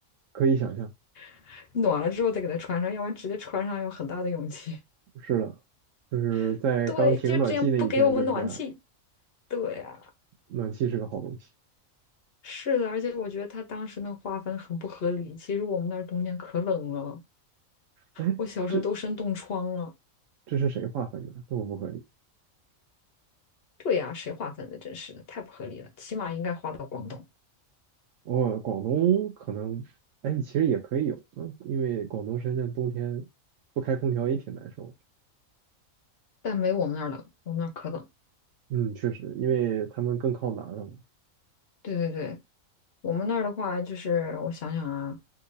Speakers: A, on the right; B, on the left.
A: 可以想象，
B: <laughs> 暖了之后再给它穿上，要不然直接穿上有很大的勇气。
A: 是的，就是在刚停暖气那一天就是这样，
B: <laughs> 对，就这样不给我们暖气。对啊，
A: 暖气是个好东西。
B: 是的，而且我觉得他当时那个划分很不合理，其实我们那儿冬天可冷了，
A: 哎，
B: 我小时候都生冻疮了。
A: 这这是谁划分的？这么不合理？
B: 对呀、谁划分的？真是的，太不合理了。起码应该划到广东，
A: 哦，广东可能，哎，其实也可以有，嗯，因为广东、深圳冬天不开空调也挺难受的。
B: 但没我们那儿冷，我们那儿可冷。
A: 嗯，确实，因为他们更靠南了嘛。
B: 对对对，我们那儿的话，就是我想想啊，